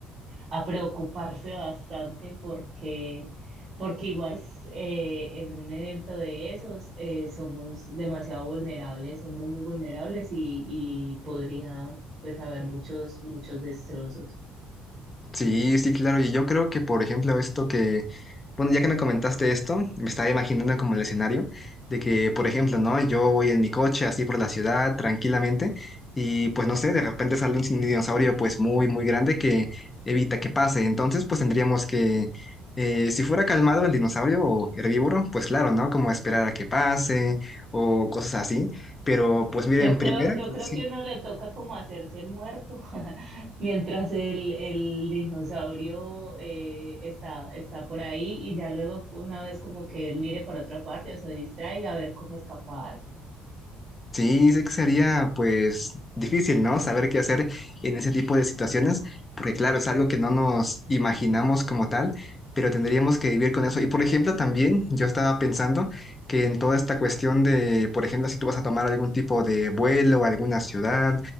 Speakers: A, on the right; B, on the left.
A: a preocuparse bastante porque, porque igual es, eh, en un evento de esos eh, somos demasiado vulnerables, somos muy vulnerables y, y podría pues haber muchos, muchos destrozos.
B: Sí, sí, claro. Y yo creo que, por ejemplo, esto que, bueno, ya que me comentaste esto, me estaba imaginando como el escenario de que, por ejemplo, ¿no? Yo voy en mi coche así por la ciudad tranquilamente y pues no sé, de repente sale un dinosaurio pues muy, muy grande que evita que pase. Entonces, pues tendríamos que, eh, si fuera calmado el dinosaurio o herbívoro, pues claro, ¿no? Como esperar a que pase o cosas así. Pero pues miren,
A: Yo creo,
B: primero,
A: yo creo
B: sí.
A: que uno le toca como hacerse el muerto <laughs> mientras el, el dinosaurio eh, está, está por ahí y ya luego una vez como que él mire para otra parte o se distraiga a ver cómo escapar.
B: Sí, sé que sería pues difícil, ¿no? Saber qué hacer en ese tipo de situaciones, porque claro, es algo que no nos imaginamos como tal, pero tendríamos que vivir con eso. Y por ejemplo, también yo estaba pensando que en toda esta cuestión de, por ejemplo, si tú vas a tomar algún tipo de vuelo a alguna ciudad,